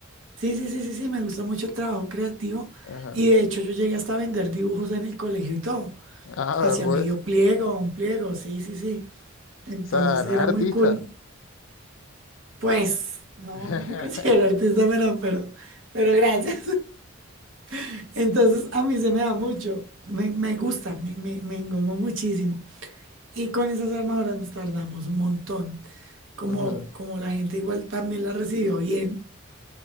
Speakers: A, on the right; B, on the left.
A: Sí, sí, sí, sí, sí, me gusta mucho el trabajo creativo
B: Ajá.
A: y de hecho yo llegué hasta a vender dibujos en el colegio y todo
B: Ah,
A: hacia
B: pues,
A: medio pliego, un pliego, sí, sí, sí. Entonces
B: o sea, eres
A: era
B: artista.
A: muy cool. Pues, no,
B: <laughs>
A: no me <laughs> considero artista, pero, pero, pero gracias. <laughs> Entonces a mí se me da mucho, me, me gusta, me, me, me engomó muchísimo. Y con esas armaduras nos tardamos un montón. Como,
B: Ujú,
A: como la gente igual también la recibió bien.